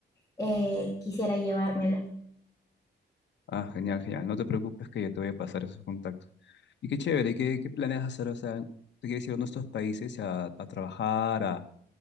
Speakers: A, on the left; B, on the left.
A: eh, quisiera llevármelo.
B: Ah, genial, genial. No te preocupes que yo te voy a pasar esos contactos. Y qué chévere, ¿qué, qué planeas hacer? O sea, ¿te quieres ir a nuestros países a, a trabajar? A,